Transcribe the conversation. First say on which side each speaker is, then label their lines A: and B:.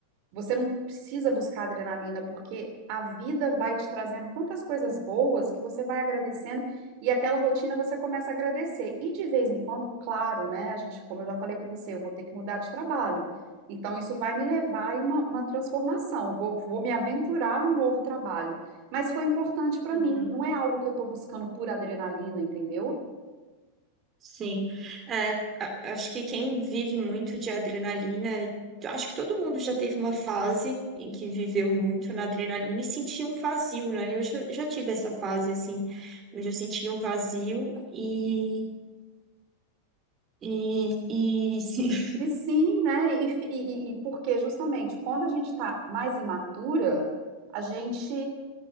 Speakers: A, on the right (about 45°); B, on the right (about 25°).
A: você não precisa buscar adrenalina, porque a vida vai te trazendo tantas coisas boas que você vai agradecendo e aquela rotina você começa a agradecer. E de vez em quando, claro, né? A gente, como eu já falei para você, eu vou ter que mudar de trabalho. Então, isso vai me levar a uma, uma transformação. Vou, vou me aventurar num novo trabalho. Mas foi importante para
B: Uhum.
A: mim, não é algo que eu estou buscando por adrenalina, entendeu?
B: Sim, é, a- acho que quem vive muito de adrenalina, eu acho que todo mundo já teve uma fase em que viveu muito na adrenalina e sentia um vazio, né? Eu já, já tive essa fase, assim, onde eu sentia um vazio e, e, e, sim, <laughs>
A: E sim, né? E, fi- e, e- e porque justamente quando a gente está mais imatura, a gente